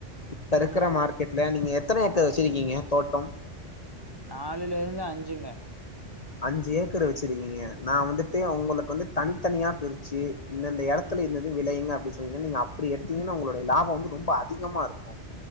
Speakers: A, on the left; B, on the right.
A: இப்ப இருக்கிற
B: ம்
A: மார்க்கெட்ல நீங்க எத்தனை ஏக்கர் வச்சிருக்கீங்க தோட்டம்
B: நாலைலருந்து அஞ்சுங்க
A: அஞ்சு ஏக்கர் வச்சிருக்கீங்க நா வந்துட்டு ஒங்களுக்கு வந்து தன்த்தனியா பிரிச்சு இந்தெந்த எடத்துல
B: ம்
A: இந்தது விளயுங்க அப்டின் சொன்னீங்கன்னா நீங்க அப்டி எடுத்தீங்கன்னா ஒங்களுடைய லாபோ வந்து ரொம்ப அதிகமாருக்கு